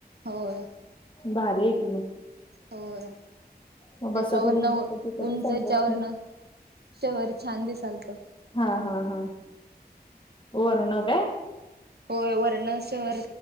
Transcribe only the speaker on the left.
भारी ये की मग
मग
बसत
होतात
बसत होतात
चांगलं
वाटलं.
हा हा हा, वरन काय?